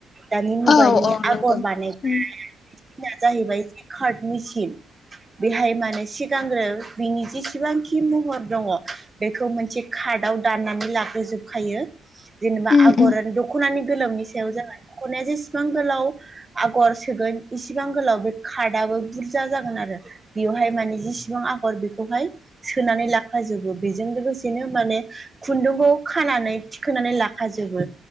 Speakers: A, on the right (about 20°); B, on the left (about 50°).
A: दानि मुगानि
B: औ औ नंगौ
A: आगर बानायना
B: उम
A: <unintelligible> जाहैबाय जिखार्ट मेसिन बेहाय माने सिगांग्रो बिनि जेसेबांखि महर दङ। बेखौ मोनसे खादाव दाननानै लाहोजोबखायो। जेनेबा
B: उम
A: आगरहोन
B: उम
A: दख'नानि गोलावनि सायाव जाबाय दख'नाया जेसेबां गोलाव आगर सोगोन इसिबां गोलाव बे खार्दआबो बुरजा जागोन आरो बेवहाय माने जिसेबां आगर बेखौहाय सोनानै लाखाजोबो बेजों लोगोसेनो माने खुन्दुंखौ खानानै थिखोनानै लाखाजोबो।